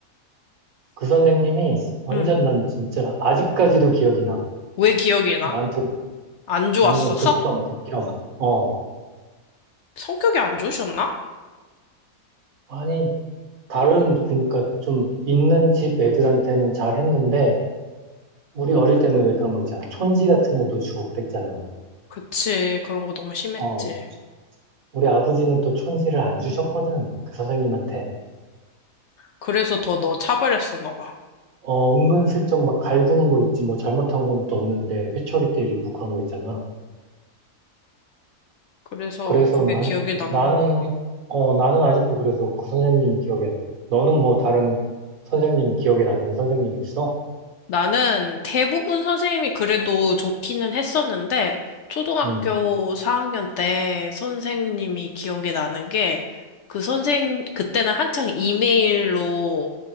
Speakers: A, on the right; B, on the left.
A: 그 선생님이 완전
B: 응.
A: 난 진짜 아직까지도 기억이 남.
B: 왜 기억이 나?
A: 나한테
B: 안 좋았어서?
A: 완전 극혐 극혐. 어
B: 성격이 안 좋으셨나?
A: 아니 다른 그러니까 좀 있는 집 애들한테는 잘했는데 우리 어릴 때는 왜 그런 거 있잖아. 촌지 같은 것도 주고 그랬잖아.
B: 그치. 그런 거 너무 심했지.
A: 어, 우리 아버지는 또 촌지를 안 주셨거든. 그 선생님한테.
B: 그래서 더 너 차별했었나 봐.
A: 어, 은근슬쩍 막 갈구는 거 있지. 뭐 잘못한 건 또 없는데 회초리 때리고 그런 거 있잖아.
B: 그래서
A: 그래서
B: 그게
A: 난,
B: 기억에 남는구나.
A: 나는, 어, 나는 아직도 그래서 그 선생님이 기억에 나. 너는 뭐 다른 선생님 기억에 남는 선생님 있어?
B: 나는 대부분 선생님이 그래도 좋기는 했었는데, 초등학교
A: 응,
B: 4학년 때 선생님이 기억에 나는 게, 그 선생, 그때는 한창 이메일로